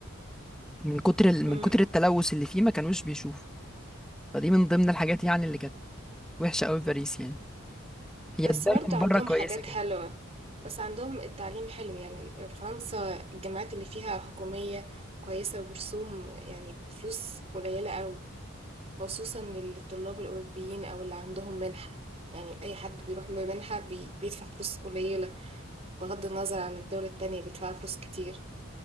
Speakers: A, in the centre; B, on the right.
A: من كتر ال-
B: امم
A: من كتر التلوث اللي فيه ما كانوش بيشوفوا فدي من ضمن الحاجات يعني اللي كانت وحشة قوي في باريس يعني هي
B: بس
A: الدم
B: برضو
A: من
B: عندهم
A: بره كويسة
B: حاجات
A: كده
B: حلوة بس عندهم التعليم حلو يعني فرنسا الجامعات اللي فيها حكومية كويسة وبرسوم يعني بفلوس قليلة قوي خصوصا للطلاب الأوروبيين أو اللي عندهم منحة يعني أي حد بيروح بمنحة بي- بيدفع فلوس قليلة بغض النظر عن الدولة التانية بيدفع فلوس كتير